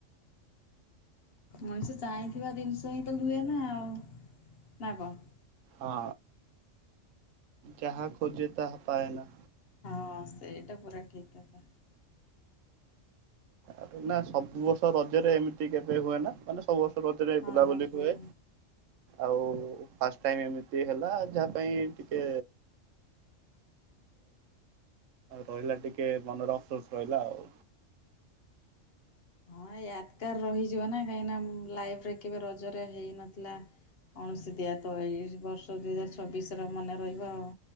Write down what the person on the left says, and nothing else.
ମଣିଷ ଚାହିଁଥିବା ଜିନିଷ ହିଁ ତ ହୁଏ ନା ଆଉ ନା କଣ?
ହଁ ସେଇଟା ପୁରା ଠିକ କଥା।
ହଁ
ହଁ।
ହଁ ଏ ୟାଦକାର ରହିଯିବ ନା କାହିଁକି ନା ଲାଇଫ ରେ କେବେ ରଜରେ ହେଇନଥିଲା କୌଣସି ଦିଆ ତ ଏଇ ବର୍ଷ ଦୁଇ ହଜାର ଛବିଶ ର ମନେ ରହିବ ଆଉ